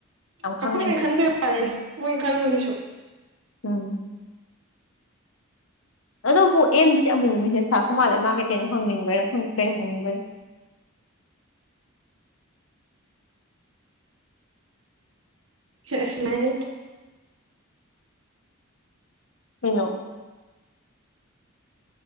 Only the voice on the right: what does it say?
ꯑꯩꯈꯣꯏꯅ
ꯈꯟꯕꯩ ꯋꯥꯅꯤꯗ ꯃꯣꯏ ꯈꯜꯃꯨ ꯀꯩꯁꯨ
ꯑ ꯁꯅꯁ